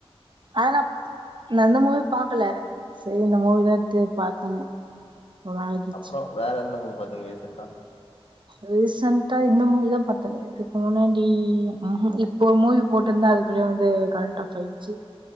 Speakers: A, on the right; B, on the left.
A: அத நா இன்ன அந்த மூவி பாக்கல செரி இந்த மூவிதா து பாத்தனே ரொம்ப நாளாகிச்சு
B: அப்றோ வேற எந்த மூ பாத்தீங்க ரீசன்ட்டா
A: ரீசன்ட்டா இந்த மூவிதா பாத்தங் இதுக்கு முன்னாடி ம்ஹ்ம் இப்போ மூவி போட்ருந்தா அதுக்குள்ளயு வந்து கரண்ட் ஆஃபாய்ட்ச்சு